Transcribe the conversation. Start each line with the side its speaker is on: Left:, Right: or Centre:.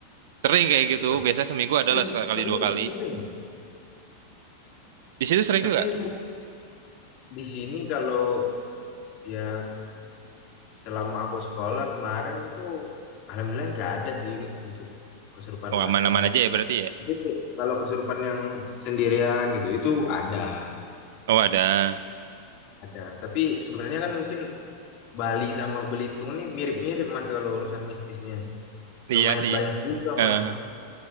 Right: Sering
Left: gitu.
Right: kayak gitu.
Left: Tapi
Right: Biasanya seminggu adalah
Left: sering,
Right: sekali
Left: tapi
Right: dua kali.
Left: sering.
Right: Di situ sering
Left: Tapi
Right: juga.
Left: emang di sini kalau ya selama aku sekolah kemarin itu alhamdulillah nggak ada sih untuk kesurupan
Right: Oh
Left: massal.
Right: aman-aman aja ya berarti ya.
Left: Tapi kalau kesurupan yang sendirian gitu itu ada,
Right: Oh ada.
Left: ada. Tapi sebenarnya kan mungkin Bali sama Belitung nih mirip-mirip Mas kalau urusan mistisnya.
Right: Iya
Left: Lumayan
Right: sih.
Left: banyak juga
Right: Eh,
Left: Mas.